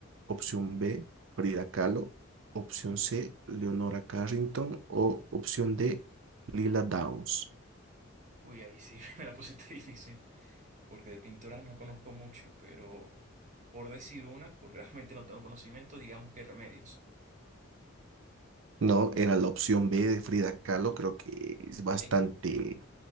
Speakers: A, on the right; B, on the right.
A: Opción B, Frida Kahlo. Opción C, Leonora Carrington. O opción D, Lila Downs.
B: Uy, ahí sí <laughs> me la pusiste difícil. Porque de pintoras no conozco mucho, pero por decir una, porque realmente no tengo conocimiento, digamos que Remedios.
A: No, era la opción B de Frida Kahlo. Creo que es bastante,
B: Es que-